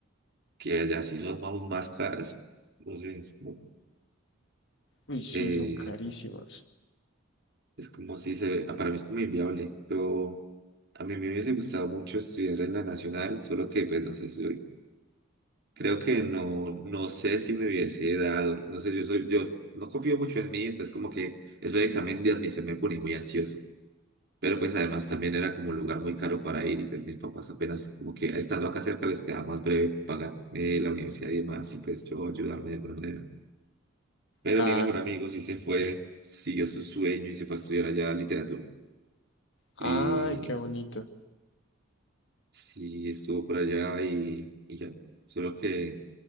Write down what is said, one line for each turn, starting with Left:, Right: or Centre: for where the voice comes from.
Right: que allá sí son aún más caras. No sé, es como,
Left: Uy, sí,
Right: eh,
Left: son carísimas.
Right: es como si se, ah, para mí es como inviable. Yo A mí me hubiese gustado mucho estudiar en la nacional, solo que pues no sé si soy- creo que no, no sé si me hubiese dado, no sé, yo soy, yo no confío mucho en mí, entonces como que eso de examen de admisión me ponía muy ansioso, pero pues además también era como un lugar muy caro para ir y pues mis papás apenas como que estando acá cerca les quedaba más breve pagarme la universidad y demás y pues yo ayudarme de alguna manera. Pero
Left: Claro.
Right: mi mejor amigo sí se fue, siguió su sueño y se fue a estudiar allá literatura.
Left: Ay,
Right: y
Left: qué bonito.
Right: Sí, estuvo por allá y, y ya. Solo que